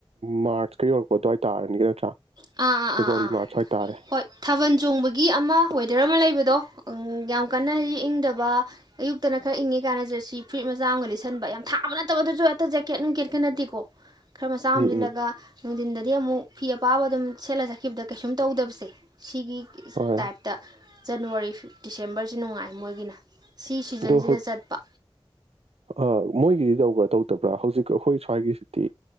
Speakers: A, on the right; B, on the right.
A: ꯃꯥꯔ꯭ꯁꯀ ꯌꯧꯔꯛꯄ ꯑꯗꯨꯋꯥꯏ ꯇꯥꯔꯅꯤ ꯅꯠꯇ꯭ꯔꯥ
B: ꯑꯥ ꯑꯥ
A: ꯐꯦꯕꯋꯥꯔꯤ
B: ꯑꯥ
A: ꯃꯥꯔꯆ ꯍꯥꯏꯇꯥꯔꯦ
B: ꯍꯣꯏ ꯊꯥꯕꯜ ꯆꯣꯡꯕꯒꯤ ꯑꯃ ꯋꯦꯗꯔ ꯑꯃ ꯂꯩꯕ ꯗꯣ ꯎꯝ ꯌꯥꯝ ꯀꯟꯅ ꯍꯏ ꯏꯪꯗꯕ ꯑꯌꯨꯛꯇꯅ ꯈꯔ ꯏꯪꯉꯤ ꯀꯥꯏꯅ ꯖꯔꯁꯤ ꯐꯨꯔꯤꯠ ꯃꯆꯥ ꯑꯃꯒ ꯂꯤꯠꯁꯟꯕ ꯌꯥꯝ ꯊꯥꯕ ꯅꯠꯇꯕ ꯑꯗꯨꯁꯨ ꯍꯦꯛꯇ ꯖꯦꯀꯦꯠ ꯅꯨꯡꯀꯦꯠꯀ ꯅꯠꯇꯦꯀꯣ ꯈꯔ ꯃꯆꯥ
A: ꯎꯝ
B: ꯑꯝ ꯂꯤꯠꯂꯒ
A: ꯎꯝ
B: ꯅꯨꯡꯊꯤꯟꯗꯗꯤ ꯑꯃꯨꯛ ꯐꯤ ꯑꯄꯥꯕ ꯑꯗꯨꯝ ꯁꯦꯠꯂ ꯆꯠꯈꯤꯕꯗ ꯀꯩꯁꯨꯝ ꯇꯧꯗꯕꯁꯦ ꯁꯤꯒꯤ
A: ꯍꯣꯏ
B: ꯇꯥꯏꯞꯇ ꯖꯅꯋꯥꯔꯤ ꯗꯤꯁꯦꯝꯕꯔꯁꯤ ꯅꯨꯡꯉꯥꯏ ꯃꯣꯏꯒꯤꯅ ꯁꯤ ꯁꯤꯖꯟꯁꯤꯗ
A: ꯗꯣ ꯍ
B: ꯆꯠꯄ
A: ꯑ ꯃꯣꯏꯒꯤꯗꯤ ꯇꯧꯕ꯭ꯔꯥ ꯇꯧꯗꯕ꯭ꯔꯥ ꯍꯧꯖꯤꯛ ꯑꯩꯈꯣꯏ ꯁ꯭ꯋꯥꯏꯒꯤꯁꯤꯗꯤ